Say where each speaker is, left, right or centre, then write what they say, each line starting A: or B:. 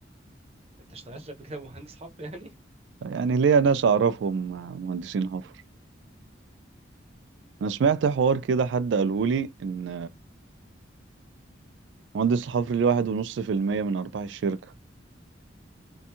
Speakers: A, on the right (about 30°); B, on the right (about 75°).
A: انت اشتغلت قبل كده <laughs> مهندس حفر يعني
B: يعني ليا ناس اعرفهم مهندسين حفر انا سمعت حوار كده حد قالهولي ان مهندس الحفر ليه واحد ونص في المية من ارباح الشركة